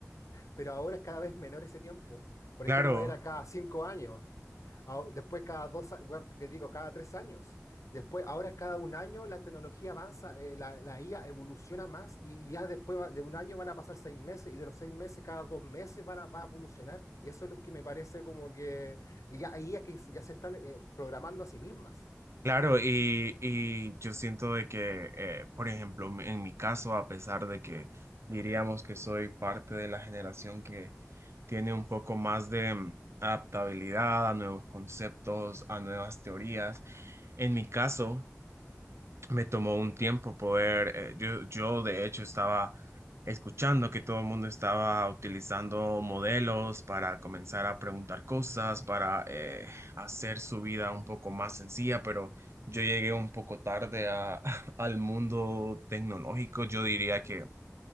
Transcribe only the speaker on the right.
Claro,
Claro, y, y yo siento de que, eh, por ejemplo, m- en mi caso, a pesar de que diríamos que soy parte de la generación que tiene un poco más de mm, adaptabilidad a nuevos conceptos, a nuevas teorías, en mi caso, me tomó un tiempo poder, eh, yo, yo de hecho estaba escuchando que todo el mundo estaba utilizando modelos para comenzar a preguntar cosas, para eh, hacer su vida un poco más sencilla, pero yo llegué un poco tarde a- <laughs> al mundo tecnológico. Yo diría que